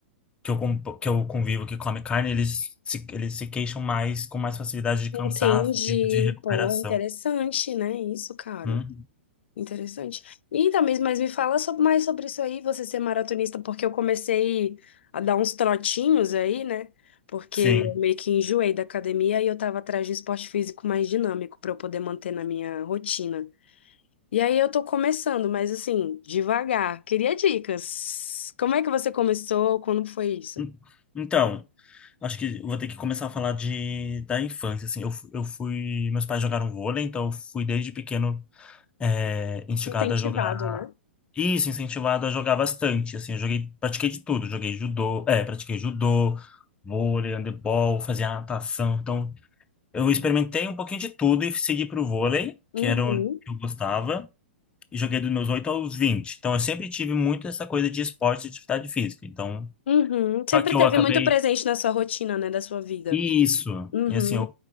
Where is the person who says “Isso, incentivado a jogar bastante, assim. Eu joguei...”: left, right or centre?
Left